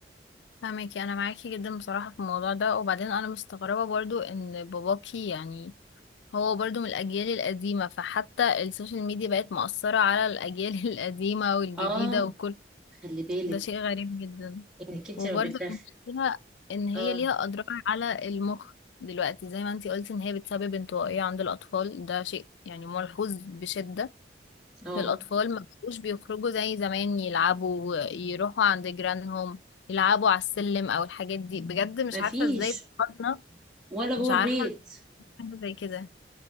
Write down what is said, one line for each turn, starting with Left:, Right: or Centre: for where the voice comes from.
Left: فاهمكي انا معاكي جدا بصراحه في الموضوع ده وبعدين انا مستغربه برضو ان باباكي يعني هو برضو من الاجيال القديمه فحتى السوشيال ميديا بقت مؤثره على الاجيال <laughs> القديمه والجديده
Centre: اه
Left: وكل
Centre: خلي بالك
Left: ده شيء غريب جدا
Centre: انك انت
Left: وبرضو
Centre: ما بتدخل
Left: المشكله ان هي
Centre: اه
Left: ليها اضرار على المخ دلوقتي زي ما انتي قلتي ان هي بتسبب انطوائيه عند الاطفال ده شيء يعني ملحوظ بشده
Centre: اه
Left: الأطفال ما بقوش بيخرجوا زي زمان يلعبوا يروحوا عند جيرانهم يلعبوا على السلم أو الحاجات دي بجد مش
Centre: ما
Left: عارفة
Centre: فيش
Left: ازاي فكرنا
Centre: ولا جوه
Left: مش عارفة
Centre: البيت
Left: حاجة زي كده